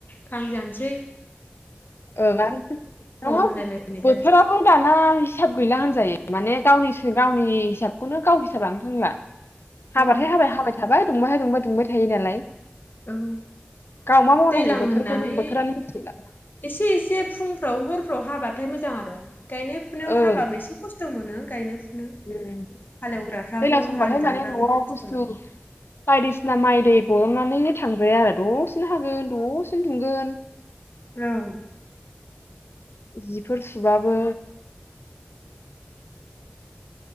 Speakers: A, on the left; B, on the left.
A: खां जानो जे
B: औ <unintelligible>
A: होनलायलायनाय
B: बोथोराबो
A: जानोसै
B: दाना हिसाब गैला होनजायो माने गावनि गावनि हिसाबखौनो गाव हिसाबलानो रोंला। हाबाथाय
A: उम
B: हाबाय हाबाय थाबाय दुंबाहाय दुंबाय दुंबाय थायो नालाय।
A: ओं
B: गाव मा मावनांगौ
A: दैलां
B: बोथोरखौनो
A: होननानै
B: बोथोरानो मिथिला
A: एसे एसे <unintelligible> फुंफ्राव हरफ्राव हाबाथाय मोजां आरो। गायनाय फुनायाव
B: ओं
A: हाबाबो एसे खस्थ मोनो। गायनो फुनो
B: उम
A: हालेवग्राफ्राबो
B: दैलां समबाथाय
A: आलि दानग्राफ्राबो
B: माने नआव
A: खस्थ'
B: बुस्थु
A: मोनो
B: बायदिसिना माइ दै बरननानैनो थांबाय आरो दसेनो हागोन दसेनो दुंगोन
A: ओं।
B: जिफोर सुबाबो